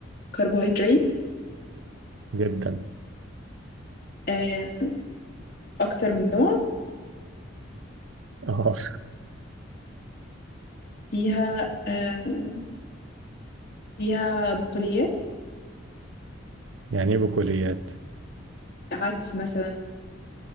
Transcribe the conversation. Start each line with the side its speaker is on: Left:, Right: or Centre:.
Left: كربوهيدرات
Right: جدا
Left: آه، أكتر من نوع
Right: اه
Left: فيها آه، فيها بقوليات
Right: يعني ايه بكليات
Left: عدس مثلا